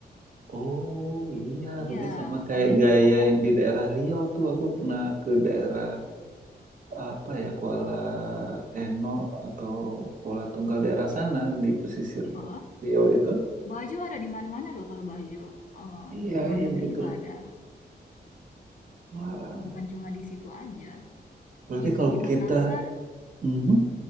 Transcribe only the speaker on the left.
Iya,
ada
sih, ada.
Heeh.
Baju ada di mana-mana loh kalau baju. Eh,
di luar
negeri
juga ada.
Bukan cuma di situ aja.
Di, di
Makassar,